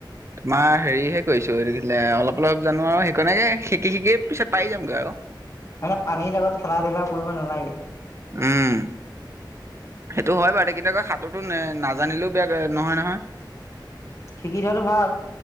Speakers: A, on the right; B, on the left.
A: তোমাৰ হেৰিহে কৰিছোঁ অলপ অলপ জানো আৰু সেইকাৰণে শিকি শিকি পিছত পাৰি যামগৈ আৰু।
B: মানে পানীৰ লগত খেলা ধূলা কৰিব নালাগে৷
A: উম। সেইটো হয় বাৰু কিন্তু আকৌ সাঁতোৰটো নাজানিলেও বেয়া নহয় নহয়
B: শিকি থোৱাটো ভাল৷